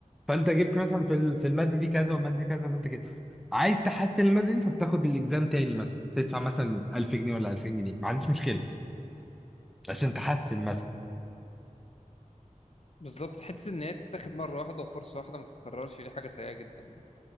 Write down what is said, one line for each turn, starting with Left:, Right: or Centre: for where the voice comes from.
Centre: فانت جبت مثلا في ال- في الماده دي كذا والماده دي كذا فانت كده عايز تحسن الماده دي فبتاخد الاكزام تاني مثلا تدفع مثلا 1000 جنيه ولا 2000 جنيه ما عنديش مشكله عشان تحسن مثلا
Left: بالظبط حتة إن هي تتاخد مرة واحدة وفرصة واحدة ما تتكررش دي حاجة سيئة جدا يعني